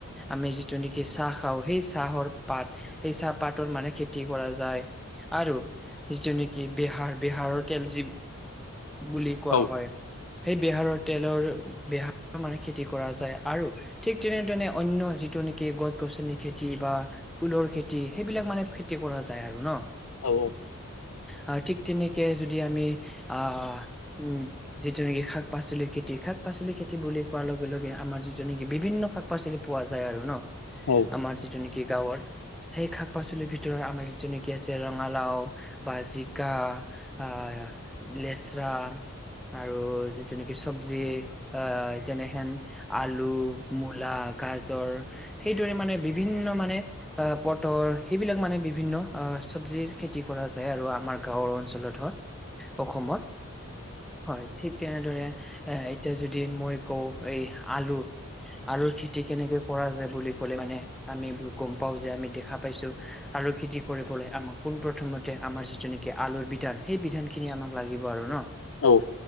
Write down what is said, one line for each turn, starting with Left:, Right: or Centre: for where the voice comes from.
Centre: আমি যিটো নেকি চাহ খাওঁ, সেই চাহৰ পাত সেই চাহপাতৰ মানে খেতি কৰা যায়। আৰু যিটো নেকি বিহাৰ, বিহাৰৰ তেল যি বুলি কোৱা
Left: অ
Centre: হয়, সেই বিহাৰৰ তেলৰ বেহা <unintelligible> মানে খেতি কৰা যায় আৰু ঠিক তেনেদৰে, অন্য যিটো নেকি গছ গছনি খেতি বা ফুলৰ খেতি, সেইবিলাক মানে খেতি কৰা যায় আৰু ন।
Left: অ'।
Centre: আ, ঠিক তেনেকে যদি আমি আ উম, যিটো নেকি শাক পাচলিৰ খেতি, শাক পাচলি খেতি বুলি কোৱাৰ লগে লগে, আমাৰ যিটো নেকি বিভিন্ন শাক পাচলি পোৱা যায় আৰু ন।
Left: অ
Centre: আমাৰ যিটো নেকি গাঁৱৰ সেই শাক পাচলিৰ ভিতৰত আমাৰ যিটো নেকি আছে, ৰঙালাও বা জিকা। <inaudible> লেচৰা আৰু যিটো নেকি চবজি, আ, যেনেহেন আলু, মূলা, গাজৰ সেইদৰে মানে, বিভিন্ন মানে আ, পটল সেইবিলাক মানে বিভিন্ন আ চবজিৰ খেতি কৰা যায় আৰু আমাৰ গাঁওৰ অঞ্চলত ধৰ। অসমত, হয়, ঠিক তেনেদৰে এই এতিয়া যদি মই কওঁ, এই আলু আলুৰ খেতি কেনেকে কৰা যায় বুলি ক'লে, মানে আমি এইবোৰ গম পাওঁ, যে আমি দেখা পাইছোঁ। আলুৰ খেতি কৰিবলৈ, আমাক পোন প্ৰথমতে আমাৰ যিটো নেকি আলুৰ বিধান, সেই বিধান খিনি আমাক লাগিব আৰু ন।
Left: অ'।